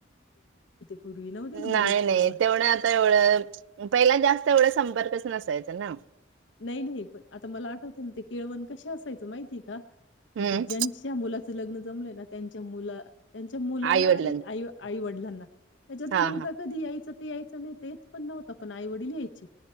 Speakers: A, on the left; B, on the right.
A: पूर्वी नव्हते
B: नाही
A: ना बोलवत
B: नाही
A: केळवण.
B: तेवढं आता एवढं पहि जास्त एवढं संपर्कच नसायचा ना.
A: नाही नाही पण आता मला आठवतं ना ते केळवण कसे असायचं माहितीय का? आता
B: हम्म
A: ज्यांच्या मुलाचं लग्न. जमलंय ना त्यांच्या मुला त्यांच्या मुलाला
B: आईवडिलां
A: आणि आई आईवडला ह ना. त्याच्यात
B: हा
A: मुलगा
B: हा
A: कधी यायच? ते यायचं नाही, देत पण नव्हता पण आई वडील यायचे.